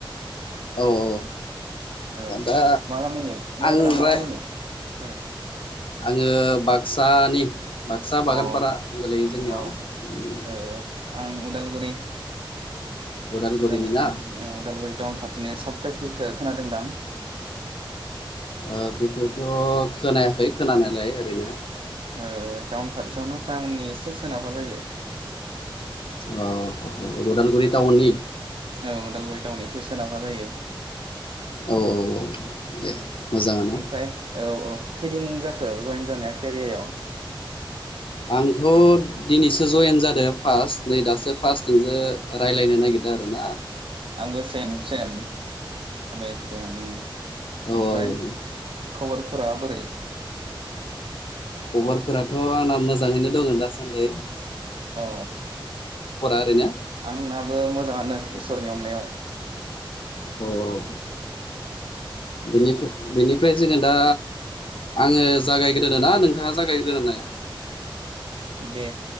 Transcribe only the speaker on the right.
औ
मा गामिनि ब्रादारा
मा गामिनि ओ।
ओ अ
अ
ओ आं अदालगुरि
उदालगुरि
ओ उदालगुरि ओ टाउन खाथ थिनि साबखाथिखो खोनादों दां।
ओ
ओ ओ टाउन खाथियावनो टाउननि एसे सोनाबहा जायो।
औ उदालगुरि टाउन एसे सोनाबहा जायो।
उम
ओमफ्राय औ औ खैदिन जाखो जयेन जानाया केरियायाव
आंबो सेम सेम। आंबो एखे ओम ओमफ्राय
खबरफोरा बोरै?
अ
आंनाबो मोजाङानो इस सरनि अनायाव।
दे